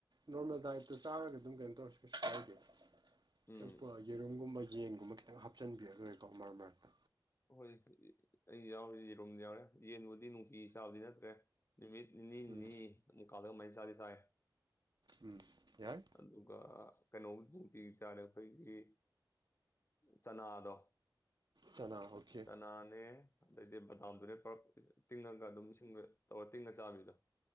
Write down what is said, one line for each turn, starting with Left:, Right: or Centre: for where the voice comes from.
Right: ꯅꯣꯔꯃꯦꯜ ꯗꯥꯏꯠꯇꯣ ꯆꯥꯔꯒ ꯑꯗꯨꯝ ꯀꯩꯅꯣ ꯇꯧꯔꯁꯨ ꯀꯩꯁꯨ ꯀꯥꯏꯗꯦ <unintelligible>
Left: ꯎꯝ
Right: ꯌꯦꯔꯨꯝꯒꯨꯝꯕ ꯌꯦꯟꯒꯨꯝꯕ ꯈꯤꯇꯪ ꯍꯥꯞꯆꯤꯟꯕꯤꯔ ꯂꯣꯏꯀꯣ ꯃꯔꯛ ꯃꯔꯛꯇ
Left: ꯍꯣꯏ ꯑꯩ ꯌꯥꯎꯔꯤ ꯌꯦꯔꯨꯝ ꯌꯥꯎꯔꯦ ꯌꯦꯟꯕꯨꯗꯤ ꯅꯨꯡꯇꯤ ꯆꯥꯕꯗꯤ ꯅꯠꯇ꯭ꯔꯦ ꯅꯨꯃꯤꯠ ꯅꯤꯅꯤ
Right: ꯎꯝ
Left: ꯅꯤ <unintelligible> ꯀꯂꯒ ꯑꯃꯥꯏ ꯆꯥꯕꯗꯤ ꯆꯥꯏ
Right: ꯎꯝ ꯌꯥꯏ
Left: ꯑꯗꯨꯒ ꯀꯩꯅꯣ ꯅꯨꯡꯇꯤ ꯆꯥꯔꯦ ꯑꯩꯈꯣꯏꯒꯤ ꯆꯅꯥꯗꯣ
Right: ꯆꯅꯥ <unintelligible>
Left: ꯆꯅꯥꯅꯦ ꯑꯗꯩꯗꯤ ꯕꯗꯥꯝꯗꯨꯅꯦ ꯄ꯭ꯔꯞ ꯇꯤꯡꯉꯒ ꯑꯗꯨꯝ ꯁꯤꯡꯗ ꯇꯧꯔ ꯇꯤꯡꯉ ꯆꯥꯕꯤꯗꯣ